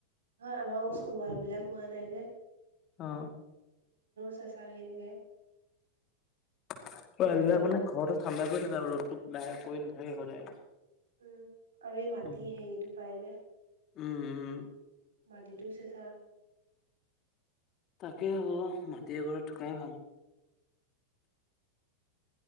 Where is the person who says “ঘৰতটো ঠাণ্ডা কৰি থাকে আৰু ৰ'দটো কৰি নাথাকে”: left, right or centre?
Left